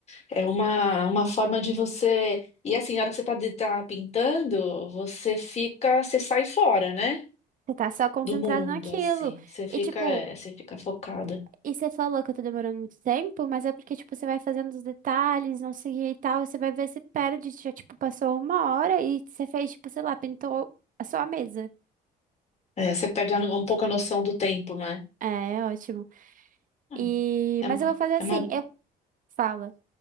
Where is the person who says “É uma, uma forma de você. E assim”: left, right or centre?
Left